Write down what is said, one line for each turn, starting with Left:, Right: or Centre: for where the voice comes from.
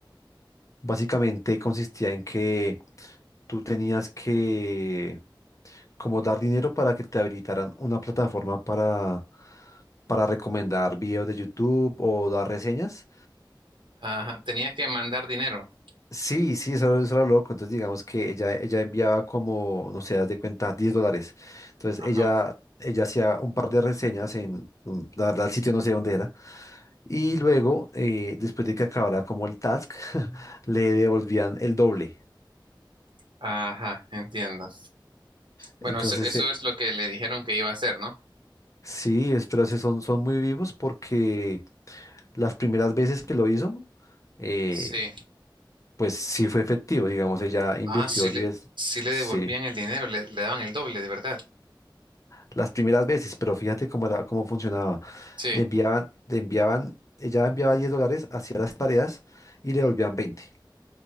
Left: Básicamente consistía en que tú tenías que como dar dinero para que te habilitaran una plataforma para, para recomendar videos de YouTube o dar reseñas.
Right: Ajá, tenía que mandar dinero.
Left: Sí, sí, eso, era eso era loco. Entonces digamos que ella, ella enviaba como, no sé, haz de cuenta, 10 dólares. Entonces
Right: Ajá,
Left: ella, ella hacía un par de reseñas en, mm, la verdad, el sitio no sé dónde era. Y luego, eh, después de que acabara como el task, <laughs> le devolvían el doble.
Right: ajá, entiendo. Bueno,
Left: Entonces,
Right: eso, eso
Left: eh,
Right: es lo que le dijeron que iba a hacer, ¿no?
Left: Sí, es- pero se son, son muy vivos porque las primeras veces que lo hizo, eh,
Right: Sí.
Left: pues sí fue efectivo, digamos, ella invirtió
Right: Ah, sí le,
Left: 10,
Right: sí le
Left: sí,
Right: devolvían el dinero, le, le daban el doble, de verdad.
Left: las primeras veces, pero fíjate cómo era, cómo funcionaba.
Right: Sí,
Left: Le enviaban, le enviaban, ella enviaba 10 dólares, hacía las tareas y le volvían 20.